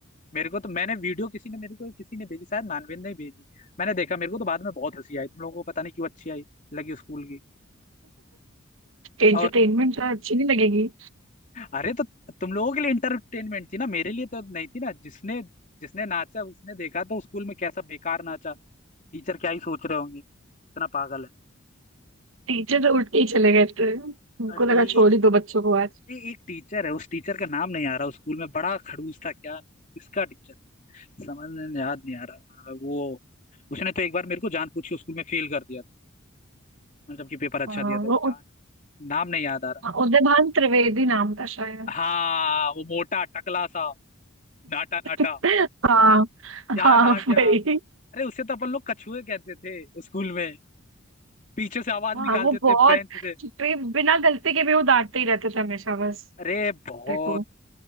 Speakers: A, on the left; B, on the right.
A: मेरे को तो मैंने वीडियो किसी ने मेरे को किसी ने भेजी शायद मानवेंद्र ने ही भेजी मैंने देखा मेरे को तो बाद में बहुत हंसी आई तुम लोगों को पता नहीं क्यों अच्छी आई लगी स्कूल की
B: एंटरटेनमेंट
A: और
B: तो अच्छी नहीं लगेगी
A: अरे तो तुम लोगों के लिए इंटरटेनमेंट थी ना मेरे लिए तो नहीं थी ना जिसने जिसने नाचा उसने देखा तो स्कूल में कैसा बेकार नाचा टीचर क्या ही सोच रहे होंगे इतना पागल है
B: टीचर तो उठ के ही चले गए थे उनको
A: अरे
B: लगा छोड़ ही दो बच्चों को आज
A: ये एक टीचर है उस टीचर का नाम नहीं आ रहा उस स्कूल में बड़ा खड़ूस था क्या किसका टीचर समझ में याद नहीं आ रहा वो उसने तो एक बार मेरे को जानबूझ के स्कूल में फेल कर दिया था मतलब जबकि पेपर अच्छा
B: हाँ,
A: दिया था
B: वो
A: क्या
B: उद-
A: नाम नाम नहीं याद आ रहा
B: उदयभान त्रिवेदी नाम था शायद
A: हाँ वो मोटा टकला सा नाटा नाटा
B: <laughs> हाँ
A: याद
B: हाँ
A: आ
B: भाई
A: गया अरे उसे तो अपन लोग कछुए कहते थे स्कूल में पीछे से आवाज
B: हाँ
A: निकालते
B: वो
A: थे
B: बहुत
A: बेंच से
B: पे बिना गलती के भी वो डांटते ही रहते थे हमेशा बस
A: अरे बहुत
B: देखो